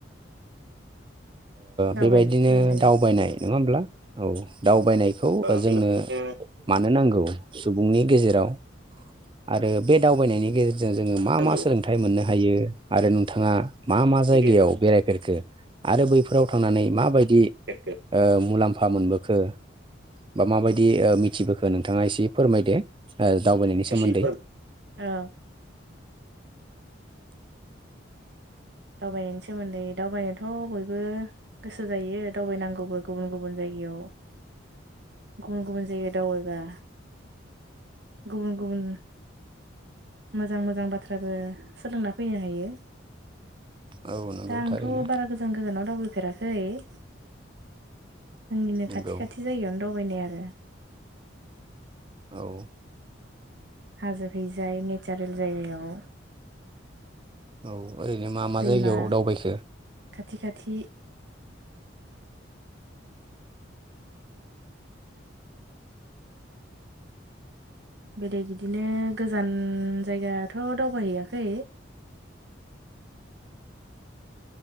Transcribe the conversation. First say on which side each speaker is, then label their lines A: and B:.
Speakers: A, on the right; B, on the right.
A: दावबायनायनि
B: बेबायदिनो
A: सोमोन्दै
B: दावबायनाय
A: औ।
B: नंङा होमब्ला औ दाउ बायायनायखौ
A: ओ
B: जोंनो
A: बेबायदिनो
B: मानो नांगौ सुबुंनि गेजेराव आरो बे दावबायनायनि गेजेरजों जोङो मा
A: नांगौ
B: मा सोलोंथाइ मोननो हायो आरो नों। थाङा मा मा जायगायाव
A: बेनि
B: बेरायफेरखो आरो बैफोराव थांनानै माबाय दि
A: गेजेरखौ
B: ओ मुलाम्फा मोनबोखो बा माबायदि ओ मिथिबोखो नोंथाङा इसि फोरमायदो ओ दावबायनायनि सोमोन्दै।
A: एसे फोर औ दावबायनायनि सोमोन्दै दावबायनोथ' बयबो गोसो जायो दावबायनांगौबो गुबुन गुबुन जाय गायाव गुबुन गुबुन जायगायाव दावबायबा। गुबुन गुबुन मोजां मोजां बाथ्राबो सोलोंना फैनो हायो।
B: औ नंगौ
A: दा आंथ'
B: थारैनो
A: बारा गोजान गोजानाव दावबायफेराखै जोंनिनो
B: नंगौ
A: खाथि खाथि जायगायावनो दावबायनाय आरो।
B: औ
A: हाजो खैजाय नेचारेल जायगायाव
B: औ ओरैनो मा मा
A: दैमा
B: जायगायाव दावबायखो?
A: खाथि खाथि बेलेग इदिनो गोजान जायगाथ' दावबायहैयाखै।